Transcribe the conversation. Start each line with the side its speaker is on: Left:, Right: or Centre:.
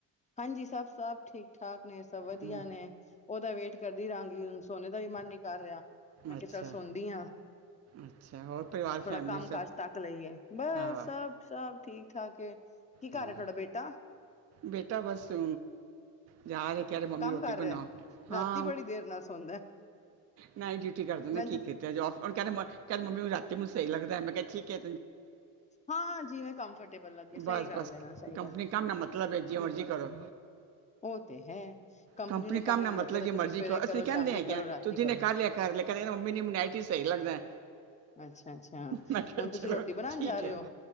Left: ਹਾਂਜੀ ਸਭ ਸਭ ਠੀਕ ਠਾਕ ਨੇ ਸਭ ਵਧੀਆ
Right: ਹਮ,
Left: ਨੇ ਉਹਦਾ ਵੇਟ ਕਰਦੀ ਰਹਾਂਗੀ ਹੁਣ ਸੋਨੇ ਦਾ ਵੀ ਮਨ ਨੀ ਕਰ ਰਿਹਾ ਮੈਂ ਕਿਹਾ
Right: ਅੱਛਾ
Left: ਚੱਲ ਸੋਂਦੀ ਆਂ।
Right: ਅੱਛਾ ਹੋਰ ਪਰਿਵਾਰ
Left: ਥੋੜਾ
Right: ਫੈਮਿਲੀ
Left: ਕੰਮ
Right: ਸਭ
Left: ਕਾਜ ਤੱਕ ਲਈਏ ਬਸ
Right: ਹਾਂ
Left: ਸਭ ਸਭ ਠੀਕ ਠਾਕ ਏ। ਕੀ ਕਰ
Right: ਹਮ,
Left: ਹੈ ਤੁਹਾਡਾ ਬੇਟਾ
Right: ਬੇਟਾ ਬਸ ਹ ਯਾਰ <unintelligible> ਕਿ ਮੰਮੀ
Left: ਕੰਮ
Right: ਰੋਟੀ
Left: ਕਰ ਰਿਹਾ
Right: ਬਣਾ ਹਾਂ
Left: ਰਾਤੀ ਬੜੀ ਦੇਰ ਨਾਲ ਸੋਣ
Right: ਨਾਇਟ ਡਿਊਟੀ ਕਰ ਦ ਨਾ
Left: ਮੈਨੂੰ
Right: ਕੀ
Left: ਤੇ
Right: ਕੀਤਾ ਜਾਏ ਕਹਿੰਦਾ ਮੰਮੀ ਰਾਤੀ ਮੈਨੂੰ ਸਹੀ ਲੱਗਦਾ ਮੈਂ ਕਿਹਾ ਠੀਕ ਏ।
Left: ਹਾਂ ਜਿਵੇ ਕੰਫਰਟੇਬਲ ਲੱਗੇਿਆ ਸਹੀ
Right: ਬਸ
Left: ਗੱਲ
Right: ਬਸ
Left: ਹੈ ਨਾ ਸਹੀ
Right: ਕੰਪਨੀ
Left: ਗੱਲ
Right: ਕੰਮ ਨਾ ਮਤਲਬ ਹੈ ਜੇ ਮਰਜ਼ੀ ਕਰੋ।
Left: ਉਹ ਤੇ ਹੈ।
Right: ਕੰਪਨੀ
Left: ਨੂੰ
Right: ਕੰਮ ਨਾਲ ਮਤਲਬ
Left: ਹੈ
Right: ਜੀ
Left: ਤੁਸੀਂ
Right: ਮਰਜ਼ੀ
Left: ਸਵੇਰੇ
Right: ਕਰੋ ਅਸੀਂ ਕਹਿੰਦੇ
Left: ਸ਼ਾਮੀ
Right: ਹੈਗੇ
Left: ਕਰੋ ਰਾਤੀ
Right: ਤੂੰਂ ਦਿਨੇ
Left: ਕਰੋ
Right: ਕਰ ਲਿਆ ਕਰ ਲੇਕਿਨ ਕਹਿੰਦਾ <unintelligible> ਮਨੀ ਸਹੀ ਲੱਗਦਾ
Left: ਅੱਛਾ ਅੱਛਾ
Right: ਮੈਂ ਕਿਹਾ
Left: ਹੁਣ
Right: ਚਲੋ
Left: ਤੁਸੀਂ ਰੋਟੀ ਬਣਾਉਣ
Right: ਠੀਕ
Left: ਜਾ
Right: ਏ।
Left: ਰਹੇ ਹੋ